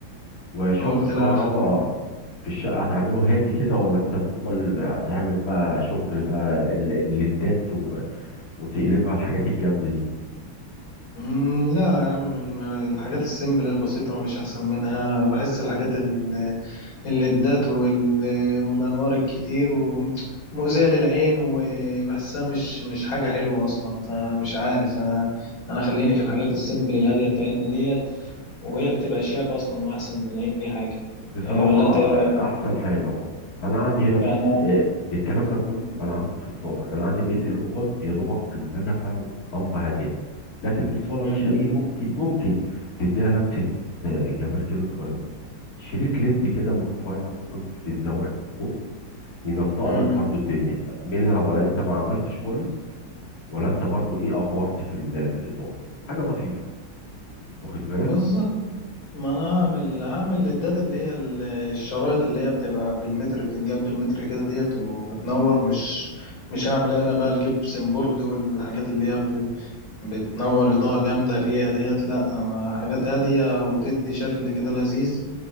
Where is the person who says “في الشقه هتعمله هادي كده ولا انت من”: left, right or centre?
Left